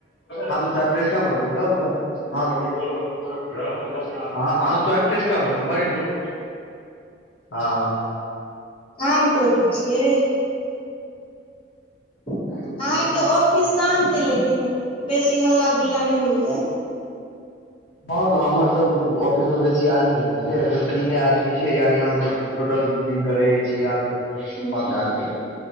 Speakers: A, on the left; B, on the left.
A: हां सट का सब पैसा भर दूंगा उसका <unintelligible> हां वी बॉल हो अप <unintelligible> ह हाँ सब टेस्ट का भर दूगा रिपोर्ट हां।
B: काम करै छियै। अहाँ
A: नहि तऽ वएह
B: के ऑफिस
A: अथी पर छियै
B: शान्त
A: ने
B: हे, लेकिन बेसी हल्ला- गुल्ला नै होइया।
A: हां तऽ हमर सब ऑफिस मे बेसी आदमी छै अखन तीने आदमी छैय, यानि हमसभ टोटल दिन के रहै छी आहाक
B: हूँ
A: पाँच आदमी